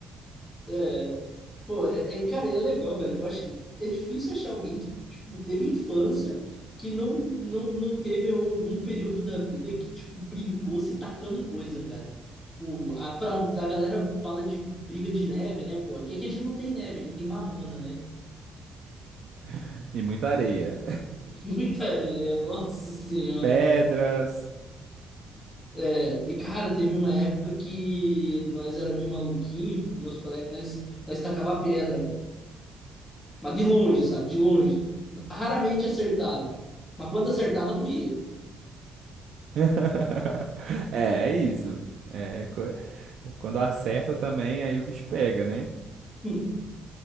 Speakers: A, on the left; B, on the right.
A: É, pô, é, é, cara, é legal, velho. Eu acho que é difícil achar alguém que, tipo, teve infância que não, não, não teve algum período da vida que, tipo, brincou se tacando coisa, cara. Tipo, a, pra, a galera fala de briga de neve, né, pô? Aqui é que a gente não tem neve, a gente tem mamona, né?
B: <laughs> e muita areia.
A: <laughs> Muita nossa senhora,
B: <laughs> Pedras,
A: É, e cara, teve uma época que nós era meio maluquinho, meus colegas, nós, nós tacava pedra, cara. Mas de longe, sabe? De longe. Raramente acertava. Mas quando acertava, doía.
B: <laughs> É, é isso. É, co- quando acerta também, aí o bicho pega, né?
A: Hum.